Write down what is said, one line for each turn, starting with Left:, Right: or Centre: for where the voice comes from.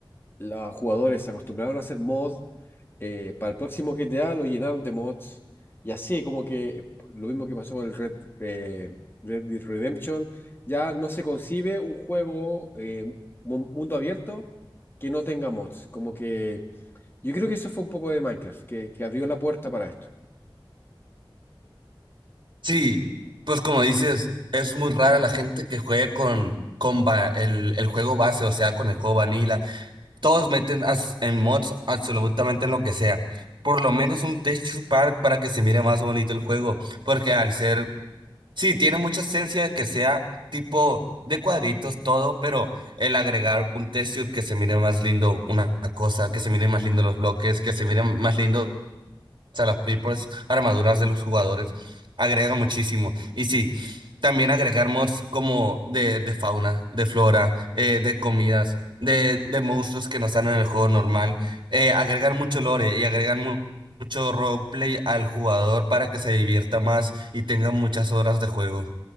Left: los jugadores se acostumbraron a hacer mod eh, para el próximo GTA lo llenaron de mods. Y así, como que lo mismo que pasó con el Red, eh, Red Dead Redemption, ya no se concibe un juego eh, mu- mundo abierto que no tenga mods. Como que yo creo que eso fue un poco de Minecraft, que, que abrió la puerta para esto.
Right: Sí, pues como dices, es muy rara la gente que juegue con, con va- el, el juego base, o sea, con el juego vanilla Todos meten as- en mods absolutamente en lo que sea. Por lo menos un texture pack para que se mire más bonito el juego. Porque al ser, sí, tiene mucha esencia de que sea tipo de cuadritos todo, pero el agregar un texture que se mire más lindo, una cosa, que se mire más lindo los bloques, que se mire más lindo sea, las propias armaduras de los jugadores agregan muchísimo. Y sí, también agregar mods como de, de fauna, de flora, eh, de comidas, de, de monstruos que no están en el juego normal. Eh, agregar mucho lore y agregan mu- mucho roleplay al jugador para que se divierta más y tenga muchas horas de juego.